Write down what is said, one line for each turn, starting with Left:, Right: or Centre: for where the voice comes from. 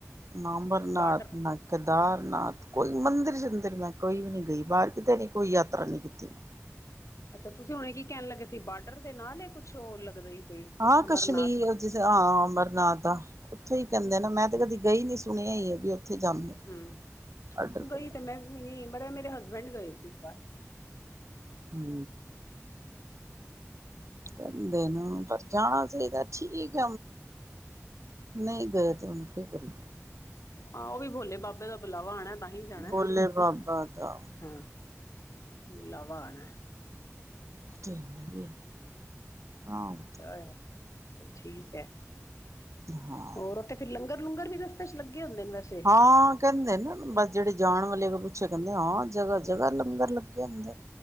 Right: ਨਾ ਅਮਰਨਾਥ
Left: ਬਾਰਡਰ
Right: ਕੇਦਾਰਨਾਥ ਕੋਈ ਮੰਦਿਰ ਸ਼ਨਦਰ ਮੈਂ ਕੋਈ ਵੀ ਨਹੀਂ ਗਈ ਬਾਹਰ ਕਿਤੇ ਨਹੀਂ ਕੋਈ ਯਾਤਰਾ ਨਹੀਂ ਕੀਤੀ ਮੈਂ।
Left: ਅੱਛਾ ਤੁਸੀਂ ਹੁਣੇ ਕੀ ਕਹਿਣ ਲੱਗੇ ਸੀ ਬਾਰਡਰ ਦੇ ਨਾਲ ਹੀ ਕੁਛ ਹੋਰ ਲੱਗਦਾ। ਕੋਈ
Right: ਹਾਂ
Left: ਅਮਰਨਾਥ
Right: ਕਸ਼ਮੀਰ ਜ ਹਾਂ ਅਮਰਨਾਥ ਉੱਥੇ ਹੀ ਕਹਿੰਦੇ ਨਾ
Left: ਅੱਛਾ
Right: ਮੈਂ ਤੇ ਕਦੀ ਗਈ ਨੀ। ਸੁਣਿਆ ਹੀ ਹੈ ਵੀ ਉੱਥੇ ਜਾਂਦੇ।
Left: ਹੂੰ
Right: ਆਡਰ
Left: ਗਈ
Right: ਕਰਨਾ
Left: ਤਾਂ ਮੈਂ ਵੀ ਨਹੀਂ ਪਰ ਮੇਰੇ ਹਸਬੈਂਡ ਗਏ ਸੀ ਇੱਕ ਵਾਰ।
Right: ਹੂੰ ਕਹਿੰਦੇ ਨੇ ਪਰ ਜਾਣਾ ਚਾਹੀਦਾ ਠੀਕ। ਨਹੀਂ ਗਏ ਤੇ ਉਹ ਕੀ ਕਰੀਏ।
Left: ਹਾਂ ਉਹ ਵੀ ਭੋਲੇ ਬਾਬਾ ਦਾ ਬੁਲਾਵਾ ਆਉਣਾ ਤਾਂ ਹੀ ਜਾਣਾ
Right: ਬੋਲੇ ਬਾਬਾ ਦਾ
Left: ਹਾਂ‌। ਬੁਲਾਵਾ ਆਣਾ।
Right: <unintelligible> ਹਾਂ
Left: ਅੱਛਾ ਹੈ ਠੀਕ ਹੈ।
Right: ਹਾਂ
Left: ਹੋਰ? ਤੇ ਫਿਰ ਲੰਗਰ ਲੂਗਰ ਵੀ ਰਸਤੇ ਚ ਲੱਗੇ ਹੁੰਦੇ ਵੈਸੇ?
Right: ਹਾਂ ਕਹਿੰਦੇ ਨਾ ਬਸ ਜਿਹੜੇ ਜਾਣ ਵਾਲੇ ਨੂੰ ਪੁੱਛਿਆ ਕਹਿੰਦੇ ਹਾਂ ਜਗ੍ਹਾ ਜਗ੍ਹਾ ਲੰਗਰ ਲੱਗੇ। ਲੱਗੇ ਹੁੰਦੇ